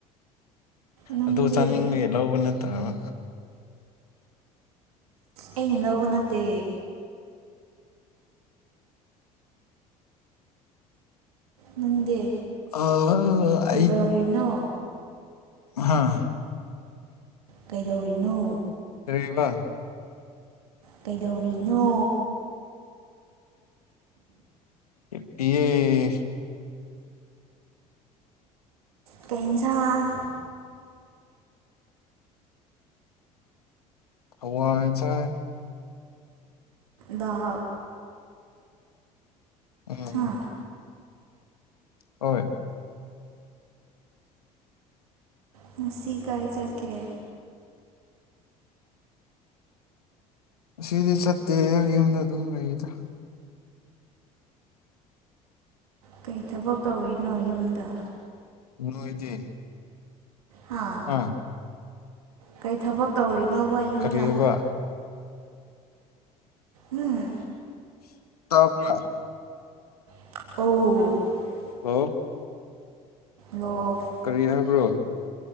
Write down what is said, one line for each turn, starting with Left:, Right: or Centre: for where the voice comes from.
Right: ꯅꯪꯗꯤ
Left: ꯑꯗꯨ ꯆꯥꯅꯤꯡꯕꯒꯤ ꯂꯧꯕ ꯅꯠꯇ꯭ꯔꯕ
Right: ꯑꯩꯅ ꯂꯧꯕ ꯅꯠꯇꯦ ꯅꯪꯗꯤ
Left: <unintelligible> ꯑꯩ
Right: ꯀꯩꯗꯧꯔꯤꯅꯣ
Left: ꯍꯥꯥ
Right: ꯀꯩꯗꯧꯔꯤꯅꯣ
Left: ꯀꯔꯤꯕ
Right: ꯀꯩꯗꯧꯔꯤꯅꯣ
Left: ꯍꯤꯞꯄꯤꯌꯦ
Right: ꯀꯩ ꯏꯟꯁꯥꯡ
Left: ꯍꯋꯥꯏ ꯆꯥꯏ
Right: ꯗ
Left: ꯎꯝ
Right: ꯍꯥ
Left: ꯍꯣꯏ
Right: ꯉꯁꯤ ꯀꯥꯏ ꯆꯠꯀꯦ
Left: ꯉꯁꯤꯗꯤ ꯁꯠꯇꯦ ꯌꯨꯝꯗ ꯑꯗꯨꯝ ꯂꯩꯗ
Right: ꯀꯩ ꯊꯕꯛ ꯇꯧꯔꯤꯅꯣ ꯌꯨꯝꯗ
Left: ꯅꯣꯏꯗꯤ
Right: ꯍꯥ
Left: ꯑꯥ
Right: ꯀꯩ ꯊꯕꯛ ꯇꯧꯔꯤꯅꯣꯕ ꯌꯨꯝꯗ
Left: ꯀꯔꯤꯑꯕ
Right: ꯎꯝ
Left: <unintelligible>
Right: ꯑꯣ
Left: ꯍꯜꯂꯣ
Right: ꯂꯣꯊꯉꯉ
Left: ꯀꯔꯤ ꯍꯥꯏꯕ꯭ꯔꯣ